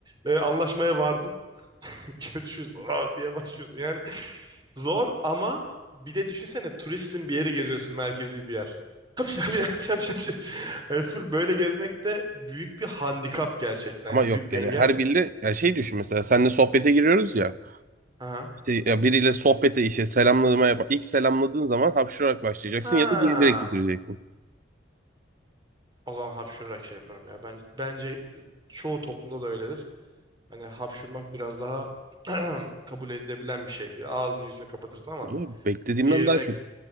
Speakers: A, on the right; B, on the right.
A: e, anlaşmaya vardın. <laughs> Görüşürüz baba diye başlıyorsun. Yani zor ama bir de düşünsene turistsin bir yeri geziyorsun merkezi bir yer. <laughs> Şap şap şap şap şap. şap. Yani full böyle gezmek de büyük bir handikap gerçekten
B: Ama
A: yani
B: yok
A: büyük bir
B: yani
A: engel.
B: her biriyle ya şey düşün mesela seninle sohbete giriyoruz ya.
A: Aha.
B: İşte ya biriyle sohbete işte selamlama yap. İlk selamladığın zaman hapşurarak başlayacaksın
A: Ha.
B: ya da gelerek bitireceksin.
A: O zaman hapşurarak şey yaparım ya. Ben, bence çoğu toplumda da öyledir. Hani hapşurmak biraz daha <clears throat> kabul edilebilen bir şey. Bir Ağzını yüzünü kapatırsın ama
B: Oğlum, beklediğimden
A: geğirmek
B: daha çok